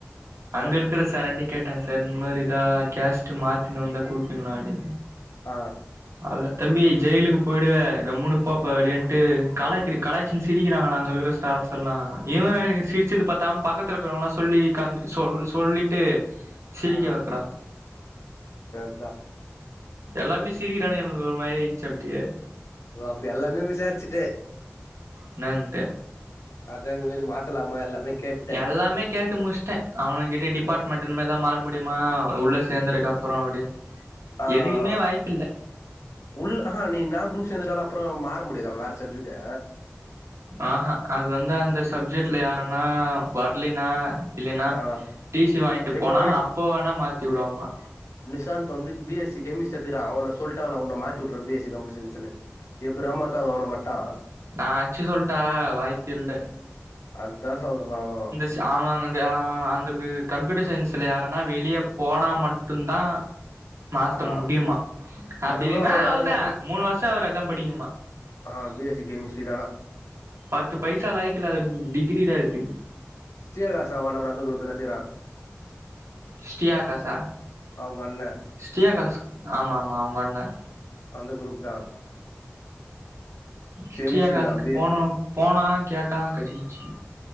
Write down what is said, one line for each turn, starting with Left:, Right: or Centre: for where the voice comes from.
Right: அங்க
Left: ஆ
Right: இருக்குற சரோன்டிங் கேட்டே சார் இந்த மாரி இதா கேஷ்ட்டு மாத்தின்னு வந்தா குடுப்பீங்களான்டு
Left: ஆ
Right: அதுல தம்பி ஜெயிலுக்கு போய்டுவ கம்முனு போப்பா வெளியன்ட்டு காலக்கிரு கலாய்சி சிரிக்கிறாங்கடா அங்க இருக்கிற ஸ்ட ஸ்டாப்ஸ் எல்லா இவே சிரிச்சது பத்தாம பக்கத்துலருக்கிறவலா சொல்லி காம்ச்ட்டு சொல் சொல்லிட்டு சிரிக்க
Left: ஆ
Right: வக்கறா
Left: அதா
Right: எல்லாருமே சிரிக்கிறானுங்க எனக்கு ஒரு மாரியாய்ச்சி அப்டியே
Left: ஓ அப்ப எல்லாமே விசாரிச்சுட்ட
Right: என்னாண்ட்டு
Left: அதா இது மாரி மாத்தலமா எல்லாமே கேட்டே
Right: எல்லாமே கேட்டு முடிச்சிட்டே அவங்கிட்டே டிபார்ட்மெண்ட் இனிமேல்தா மாற முடியுமா உள்ளே சேந்தருக்கப்றோ அப்டின்
Left: ஆ
Right: எதுக்குமே
Left: ஆ
Right: வாய்ப்பில்ல
Left: உள்ள அஹா நீ என்னா குரூப் சேந்துட்டாலு அப்றோ மாற முடியாத வேற சப்ஜெக்ட்டு
Right: ஆஹா அது வந்து அந்த சப்ஜெக்ட்ல யாரன்னா வர்லன்னா இல்லைன்னா
Left: ஆ
Right: டி சி வாங்கிட்டு
Left: இப்போ
Right: போனா அப்போ வேணா மாத்தி வுடுவாங்கலா
Left: நிசாந் வந்து பி எஸ் சி கெமிஸ்ட் எடுத்துக்குறா அவன சொல்ட்டாங்கள உன்ன மாத் தி வுட்டற பி எஸ் சி கம்ப்யூட்டர் சயின்ஸ்ன்னு எப்புறா மாத்துராங்க அவன மட்டு
Right: நா அச்சு சொல்ட்ட வாய்ப்பு இல்ல
Left: அதா சொல்றே நானு
Right: சா அவெ வந்து அ அந்துக்கு கம்ப்யூட்டர் சயின்ஸ்ல யாரனா வெளிய போன மட்டுந்தா மாத்த
Left: ஆ
Right: முடியும்மா அப்டி
Left: அது கூட
Right: இல்லனா
Left: அவ
Right: அவொள்தா
Left: அதுல போ
Right: மூணு வருஷோ அவர் அதா படிக்ணுமா
Left: ஆ பி எஸ் சி கெமிஸ்ட்ரி தானா
Right: பத்து பைசா லாயக்கில்லாத டிகிரி டா இது
Left: ஸ்ரீ ஆகாஷ் அவோ அண்ணங்கூட அந்த குருப்புதான எடுத்துக்குறா
Right: ஶ்ரீ ஆகாஷா
Left: அவங்க அண்ண
Right: ஶ்ரீ ஆகாஷ் ஆமா ஆமா அவங்க அண்ணே
Left: அந்த குரூப்தா
Right: ஶ்ரீ
Left: கெமிஸ்ட்ரி
Right: ஆகாஷ்க்கு
Left: தா பி
Right: போனோ
Left: எஸ்
Right: போனா கேட்டா கெசுக்சு